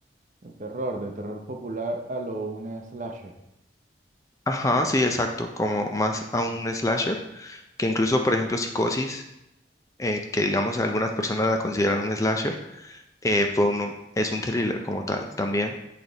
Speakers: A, on the right; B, on the left.
A: de terror, de terror popular a lo un slasher.
B: Ajá, sí, exacto, como más a un slasher, que incluso, por ejemplo, Psicosis, eh, que digamos algunas personas la consideran un slasher, eh, fue uno es un thriller como tal también.